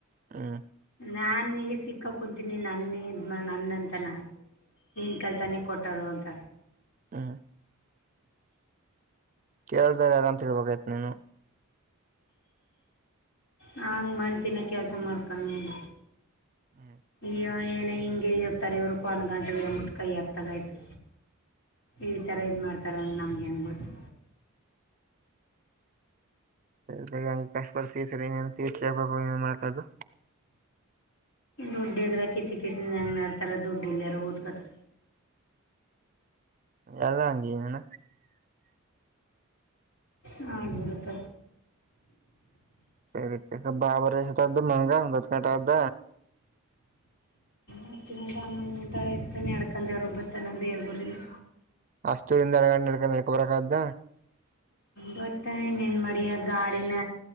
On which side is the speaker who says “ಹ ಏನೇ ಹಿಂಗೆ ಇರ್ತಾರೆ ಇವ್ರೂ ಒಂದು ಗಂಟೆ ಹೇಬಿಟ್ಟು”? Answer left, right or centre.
Left